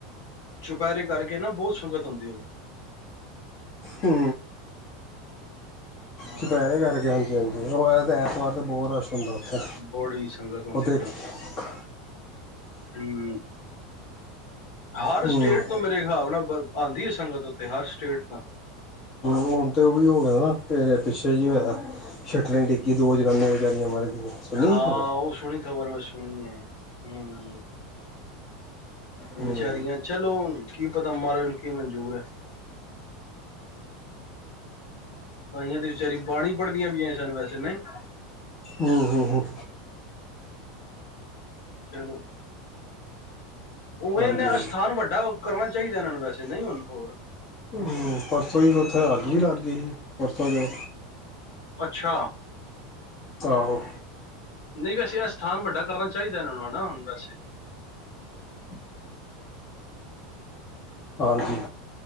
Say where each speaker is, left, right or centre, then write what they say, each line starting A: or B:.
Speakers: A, on the left; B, on the left.
A: ਚੁਪਿਹਰੇ ਕਰਕੇ ਨਾ ਬਹੁਤ ਸੰਗਤ ਹੁੰਦੀ ਹੁਣ।
B: ਹੂੰ।
A: ਹਾਂ
B: ਚੁਪਹਿਰੇ ਕਰਕੇ ਹਾਂਜੀ ਹਾਂਜੀ ਉਹ ਤਾਂ ਐਤਵਾਰ ਤਾਂ ਬਹੁਤ ਰਸ਼ ਹੁੰਦਾ ਉੱਥੇ
A: ਬੜੀ ਸੰਗਤ ਹੁੰਦੀ
B: ਉਹ ਦੇਖ
A: ਪਈ
B: ਕੇ
A: ਹੂੰ। ਹਰ
B: ਹੂੰ
A: ਸਟੇਟ ਤੋਂ ਮੇਰੇ ਹਿਸਾਬ ਨਾਲ ਆਂਦੀ ਆ ਸੰਗਤ ਉੱਥਤੇ ਹਰ ਸਟੇਟ ਤੋਂ।
B: ਹੁਣ ਤਾਂ ਉਹ ਵੀ ਹੋ ਗਿਆ ਨਾ ਪਿੱਛੇ ਜੇ ਹੋਇਆ ਸ਼ੱਟਰਾਂ ਡਿੱਗਗੀ ਦੋ ਜਨਾਨੀਆਂ ਵਿਚਾਰੀਆਂ ਮਰ ਗਈਆਂ ਸੁਣੀ
A: ਹਾਂ,
B: ਸੀ ਖ਼ਬਰ
A: ਉਹ ਸੁਣੀ ਖਬਰ ਮੈਂ ਸੁਣੀ ਐ ਹਾਂ।
B: ਹੂੰ
A: ਬਚਾਰੀਆਂ ਚਲੋ। ਕੀ ਪਤਾ ਮਹਾਰਾਜ ਨੂੰ ਕੀ ਮਨਜੂਰ ਐ। ਆਈਆਂ ਤੇ ਵਿਚਾਰੀ ਬਾਣੀ ਪੜ੍ਹਦੀ ਆਂ ਪਈਆਂ ਸਨ ਵੈਸੇ ਨਹੀਂ।
B: ਹੂੰ ਹੂੰ
A: ਚੱਲੋ। ਉਵੇ
B: ਹਾਂਜੀ
A: ਅਸਥਾਨ ਵੱਡਾ ਕਰਨਾ ਚਾਹੀਦਾ ਇਹਨਾਂ ਨੂੰ ਵੈਸੇ ਨਹੀਂ ਹੁਣ ਹੋਰ।
B: ਹਾਂਜੀ ਪਰਸੋਂ ਹੀ ਉੱਥੇ ਅੱਗ ਵੀ ਲਾਗੀ ਸੀ। ਪਰਸੋ ਜੇ
A: ਅੱਛਾ।
B: ਆਹੋ।
A: ਨਹੀਂ ਵੈਸੇ ਐ ਸਥਾਨ ਵੱਡਾ ਕਰਨਾ ਚਾਹੀਦਾ ਇਹਨਾਂ ਨੂੰ ਵੈਸੇ <unintelligible>
B: ਹਾਂਜੀ।